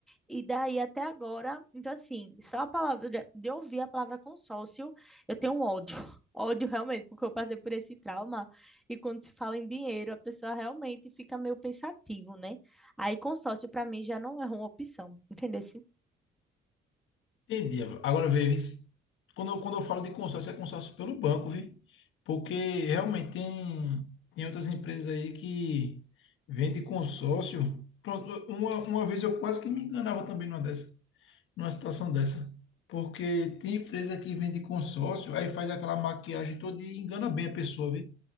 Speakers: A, in the centre; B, on the left.
A: E daí até agora, então assim, só a palavra de ouvir a palavra consórcio, eu tenho um ódio. <laughs> Ódio realmente, porque eu passei por esse trauma. E quando se fala em dinheiro, a pessoa realmente fica meio pensativo, né? Aí consórcio para mim já não é uma opção, entendeu?
B: Entendi. Agora, vê, vis- quando eu, quando eu falo de consórcio, é consórcio pelo banco, viu? Porque realmente tem, tem outras empresas aí que vendem consórcio. Pronto, uma, uma vez eu quase que me enganava também numa dessa, numa situação dessa. Porque tem empresa que vende consórcio, aí faz aquela maquiagem toda e engana bem a pessoa, viu?